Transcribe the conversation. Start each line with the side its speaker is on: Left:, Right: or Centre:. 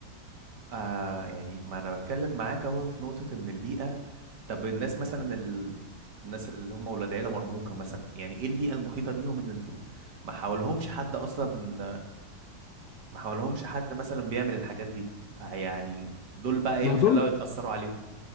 Right: آه يعني ما انا بتكلم معاك اهو في نقطه ان البيئه طب الناس مثلا ال... الناس اللي هم ولاد عيله مرموقه مثلا يعني ايه البيئه المحيطه بيهم ان ما حاولهمش حد اصلا ما حاولهمش حد مثلا بيعمل الحاجات دي فيعني دول بقى ايه
Left: ما
Right: اللي
Left: هو
Right: خلاهم
Left: دول
Right: يتاثروا عليهم